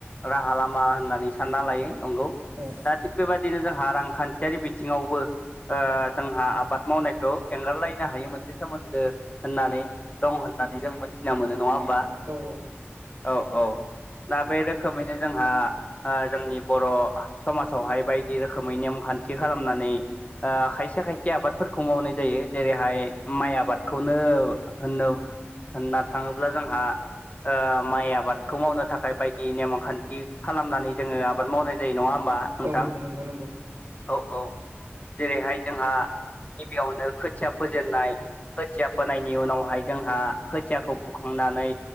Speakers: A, on the left (about 30°); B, on the right (about 55°).
A: राहा लामा होननानै सानना लायो नंगौ
B: औ
A: दा थिग बेबादिनो जोंहा रांखान्थियारि बि बिथिङावबो ओ जोंहा आबाद मावनायखौ एंगारलायनो हायि मोनसे सोमोन्दो होननानै दं होननानै जों मोनथिना मोनो नङा होमबा।
B: औ औ।
A: औ औ दा बे रोखोमैनो जोंहा आ जोंनि बर' समाजावहाय बायदि रोखोमै नेमखान्थि खालामनानै आ खायसे खायसे आबादफोरखौ मावनाय जायो जेरैहाय माइ आबादखौ नो होन होनना थाङोब्ला जोंहा ओ माइ आबादखौ मावनो थाखाय बायदि नेम खान्थि खालामनानै जोङो आबाद मावनाय जायो नङा होमबा नोंथां
B: औ औ नंगौ नंगौ
A: औ औ जेरैहाय जोंहा गिबियावनो खोथिया फोजेननाय खोथिया फोनायनि उनावहाय जोंहा खोथियाखौ फुखांनानै